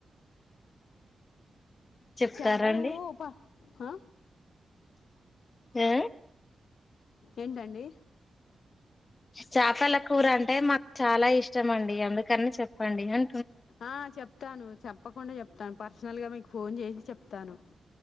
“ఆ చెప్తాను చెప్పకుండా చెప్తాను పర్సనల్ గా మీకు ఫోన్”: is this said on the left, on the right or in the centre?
Left